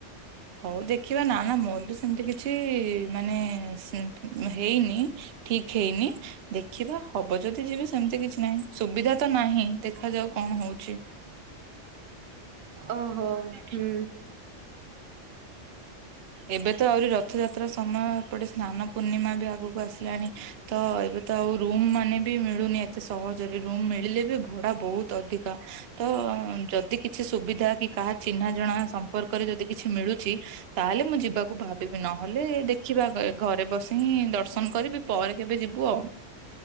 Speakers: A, on the right; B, on the right.
A: ହଉ ଦେଖିବା ନା ନା ମୋର ବି ସେମିତି କିଛି ମାନେ ସ ହେଇନି। ଠିକ ହେଇନି ଦେଖ ଦେଖିବା ହବ ଯଦି ଯିବି ସେମତି କିଛି ନାହିଁ ସୁବିଧା ତ ନାହିଁ ଦେଖାଯାଉ କଣ ହଉଛି।
B: <inaudible> ଓହୋ ହୁଁ।
A: ଏବେ ତ ଆହୁରି ରଥଯାତ୍ରା ସମୟ ଏପଟେ ସ୍ନାନ ପୂର୍ଣ୍ଣିମା ବି ଆଗକୁ ଆସିଲାଣି ତ ଏବେ ତ ଆଉ ରୁମ୍ ମାନେ ବି ମିଳୁନି ଏତେ ସହଜରେ ରୁମ ମିଳିଲେ ବି ଭଡା ବହୁତ ଅଧିକ ତ ଯଦି କିଛି ସୁବିଧା କି କାହା ଚିହ୍ନା ଜଣା ସମ୍ପର୍କରେ ଯଦି କିଛି ମିଳୁଛି ତାହେଲେ ମୁଁ ଯିବାକୁ ଭାବିବି ନହେଲେ ଦେଖିବା ଘରେ ବସି ହିଁ ଦର୍ଶନ କରିବି ପରେ କେବେ ଯିବୁ। ପୁଆ